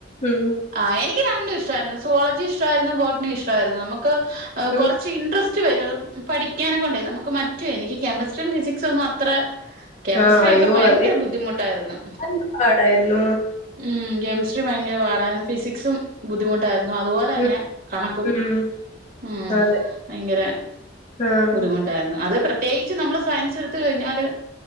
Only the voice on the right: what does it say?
ആഹ് എനിക്ക് രണ്ടും ഇഷ്ടവായിരുന്നു. സോളജി ഇഷ്ടവാരുന്നു ബോട്ടണി ഇഷ്ട വായിരുന്നു. നമക്ക്
കൊറച്ച് ഇൻട്രസ്റ്റ് സ്റ്റ് വരും. പഠിക്കാനെകൊണ്ടെ നമുക്ക് മറ്റു എനിക്ക് കെമിസ്ട്രിം ഫിസിക്സൊന്നും അത്ര കെമിസ്ട്രിയൊക്കെ
ഭയങ്കര
ബുദ്ധിമുട്ടായിരുന്നു.
ഉം കെമിസ്ട്രി ഭയങ്കര പാടായിരുന്നു. ഫിസിക്സും ബുദ്ധിമുട്ട് ട്ടായിരുന്നു അതുപോലെന്നെ
കണക്കും
ഉം
ഭയങ്കര
ബുദ്ധിമു അത് പ്രത്യേകിച്ച് നമ്മള് സയൻസ് എടുത്ത് കഴിഞ്ഞാല്